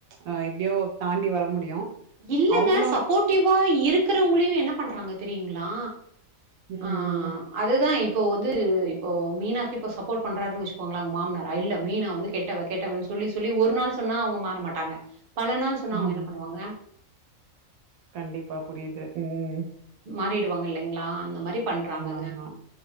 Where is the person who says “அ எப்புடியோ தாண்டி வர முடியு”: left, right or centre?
Right